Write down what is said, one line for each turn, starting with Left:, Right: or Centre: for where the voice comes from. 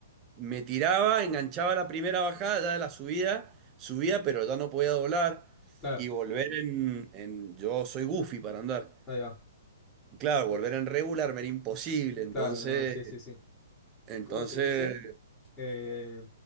Right: me tiraba, enganchaba la primera bajada, ya de la subida, subía pero ya no podía doblar.
Left: claro.
Right: Y volver en, en- Yo soy goofy para andar.
Left: Ahí va.
Right: Claro, volver en regular era imposible, entonces,
Left: Claro, no, sí, sí, sí.
Right: entonces,
Left: ¿Cómo se dice? Eh,